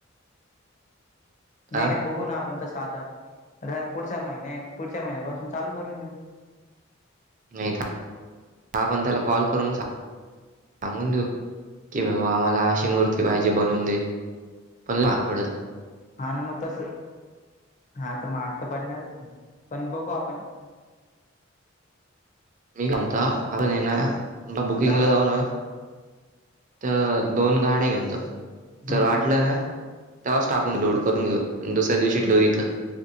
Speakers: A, on the left; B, on the right.
A: नाही
B: हां,
A: नाय बघू ना आपण तस आता आणि हा पुढचा महिन्या ये पुढच्या महिन्यापासून चालू करून देऊ
B: नायत आपण त्याला कॉल करून सांग सांगून देऊ की बाबा आम्हाला अशी मूर्ती पाहिजे बनून दे. पण महाग पडलं.
A: हा ना म तस हा त महाग त पडणारच ये पण बघू आपण
B: मीकाय म्हणतो आपण ये ना समजा बुकिंगला
A: दहा
B: जाऊ ना त दोन गाड्या घेऊन जाऊ जर
A: हम्म
B: वाटलं ना तेव्हाच टाकून लोड करून घेऊ अनं दुसऱ्या दिवशी ठेवू इथं